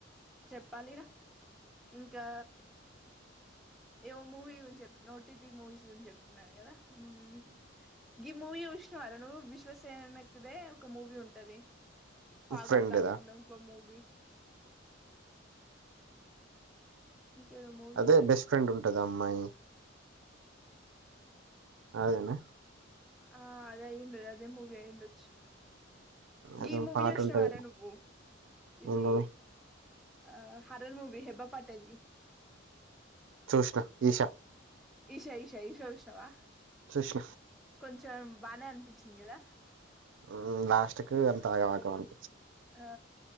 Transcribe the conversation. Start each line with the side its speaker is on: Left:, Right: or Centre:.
Centre: చెప్పాలి రా ఇంకా ఏవో మూవీ గురించి చెప్తున్నావు ఓటీటి మూవీస్ గురించి చెప్తున్నా కదా ఉం గీ మూవీ చూశినావా రా నువ్వు విశ్వక్ సేన కదే ఒక మూవీ ఉంటది. ఫగల్
Right: ఫ్రెండ్దా
Centre: కాకుండా ఇంకో మూవి ఇంకేదో మూవీ
Right: అదే
Centre: ఉంటది
Right: బెస్ట్ ఫ్రెండ్ ఉంటది ఆ అమ్మాయి
Centre: ఉ
Right: అదేనా
Centre: ఆ అదయి ఉండ అదే మూవి అయిండోచ్చు. గీ
Right: అదే
Centre: మూవీ
Right: పాట
Centre: చోషినావా
Right: ఉంటది
Centre: రా నువ్వు ఇది
Right: నేను
Centre: అ హరర్ మూవీ హెబ్బా పటేల్ ది
Right: చూషణ ఈశా
Centre: ఈషా ఈష ఈషా ఉష్ణవా
Right: చూసిన
Centre: కొంచం బానే అనిపించింది కదా
Right: ఉమ్ లాస్ట్క్ అంతా ఆగమాగం అని
Centre: ఆ